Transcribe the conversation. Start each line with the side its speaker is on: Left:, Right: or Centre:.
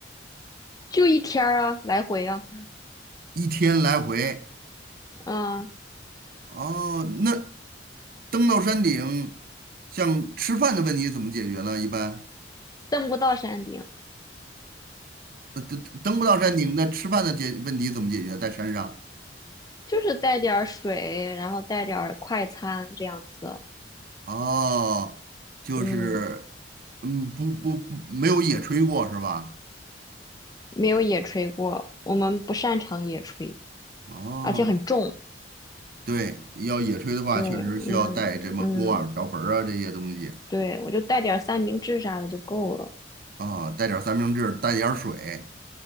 Left: 就一天儿啊，来回啊，
Right: 一天来回？
Left: 嗯，
Right: 哦，那登到山顶，像吃饭的问题怎么解决呢？一般，
Left: 登不到山顶，
Right: 呃，登登不到山顶，那吃饭的解问题怎么解决？在山上？
Left: 就是带点儿水，然后带点儿快餐这样子，
Right: 哦，就是，
Left: 嗯，
Right: 嗯，不不，没有野炊过是吧？
Left: 没有野炊过，我们不擅长野炊，
Right: 哦，
Left: 而且很重，
Right: 对，要野炊的话，
Left: 对，
Right: 确实需要带什么锅碗瓢盆儿啊这些东西
Left: 嗯嗯，对，我就带点儿三明治啥的就够了，
Right: 啊，带点儿三明治，带点儿水